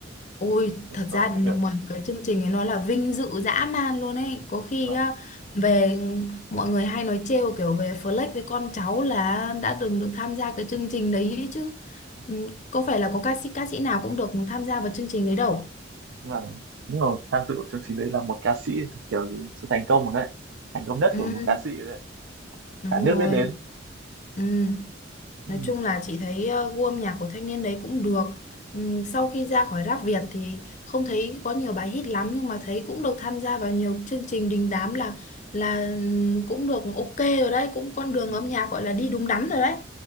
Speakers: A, on the left; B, on the right.
A: Ôi,
B: chứng
A: thật
B: tỏ
A: ra nó
B: ảnh hưởng
A: ngoài cái chương trình ấy nó là vinh dự dã man luôn ấy. Có khi
B: mà
A: á, về mọi người hay nói trêu kiểu về Flex với con cháu là đã từng được tham gia cái chương trình đấy ấy chứ. Ừ, Có phải là có ca sĩ ca sĩ nào cũng được tham gia vào chương trình đấy đâu.
B: mà đúng rồi tham dự của chương trình đấy là một ca sĩ kiểu gì sự thành công rồi đấy thành công nhất
A: Ừ,
B: của một ca sĩ rồi đấy
A: đúng
B: cả nước
A: rồi.
B: biết đến
A: Ừ.
B: ừ.
A: Nói chung là chị thấy ờ, gu âm nhạc của thanh niên đấy cũng được. Ừm, sau khi ra khỏi rap Việt thì không thấy có nhiều bài hit lắm nhưng mà thấy cũng được tham gia vào nhiều chương trình đình đám là là ừm, cũng được ok rồi đấy, cũng con đường
B: mà,
A: âm nhạc gọi là đi đúng đắn rồi đấy.